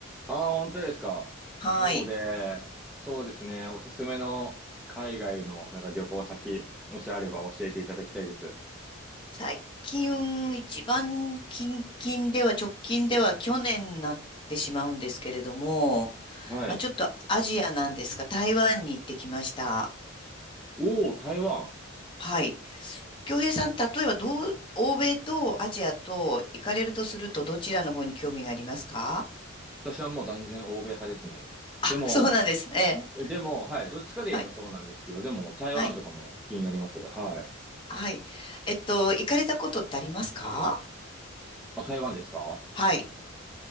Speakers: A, in the centre; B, on the left (about 25°).
A: ああ、本当ですか。
B: はい。
A: なので、そうですね、おすすめの海外のなんか旅行先、もしあれば教えていただきたいです。
B: 最近、一番近々では、直近では去年になってしまうんですけれども、
A: はい。
B: まあ、ちょっとアジアなんですが、台湾に行ってきました。
A: おお、台湾。
B: はい。京平さん、例えばどう、欧米とアジアと行かれるとすると、どちらの方に興味がありますか
A: 私はもう断然欧米派ですね。
B: あ、
A: でも、
B: そうなんです。ええ。
A: でも、はい、どっちかで言えばそうなんですけど、
B: はい。
A: でも台湾とかも気になります。
B: はい。
A: はい。
B: はい。えっと、行かれたことってありますか
A: あ、台湾ですか
B: はい。